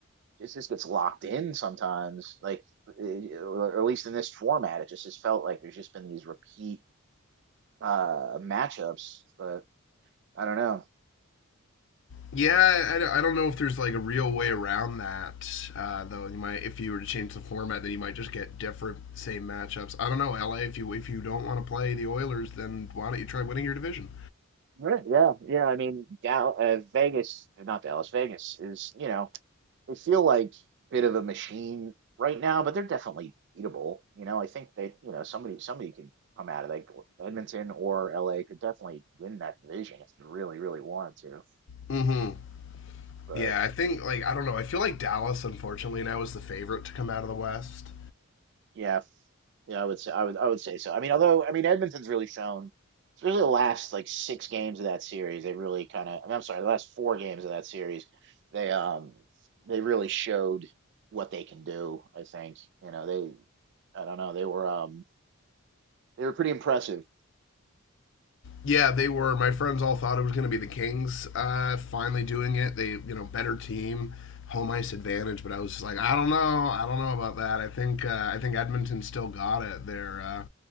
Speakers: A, on the right (about 55°); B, on the left (about 60°).
A: it just gets locked in sometimes. Like, eh, or at least in this format, it just just felt like there's just been these repeat uh matchups. But I don't know.
B: Yeah, I don't- I don't know if there's like a real way around that uh, though. You might, if you were to change the format, then you might just get different same matchups. I don't know, LA. If you if you don't want to play the Oilers, then why don't you try winning your division?
A: Right, Yeah, yeah. I mean, Dal uh, Vegas, not Dallas, Vegas is, you know, they feel like a bit of a machine right now, but they're definitely beatable. You know, I think they, you know, somebody somebody can come out of like Edmonton or LA could definitely win that division if they really, really wanted to.
B: Mm-hmm.
A: But
B: Yeah, I think like I don't know. I feel like Dallas, unfortunately, now is the favorite to come out of the West.
A: Yeah, f- yeah, I would say I would I would say so. I mean, although I mean Edmonton's really shown, it's really the last like six games of that series. They really kind of, I mean, I'm sorry, the last four games of that series, they um they really showed what they can do. I think you know they I don't know they were um they were pretty impressive.
B: Yeah, they were. My friends all thought it was going to be the Kings uh, finally doing it. They, you know, better team, home ice advantage. But I was just like, I don't know, I don't know about that. I think uh, I think Edmonton still got it. They're uh,